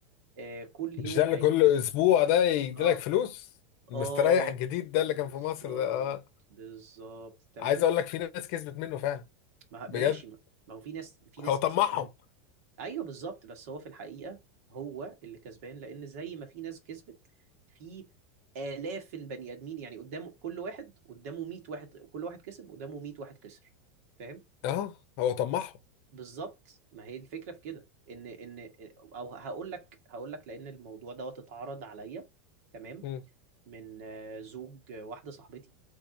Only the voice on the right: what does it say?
آه، كل
يوم
هي
اه
اه
بالظبط
بالظبط تمام
ما
ماشي ما ما هو في ناس في ناس
كسبت ايوه بالظبط بس هو في الحقيقه هو اللي كسبان لان زي ما في ناس كسبت في آلاف البني آدمين يعني قدامه كل واحد قدامه 100 واحد كل واحد كسب قدامه 100 واحد خسر فاهم
بالظبط ما هي الفكرة في كده ان ان او هقول لك هقول لك لان الموضوع دوت اتعرض عليا تمام
من آه، زوج آه، واحدة صاحبتي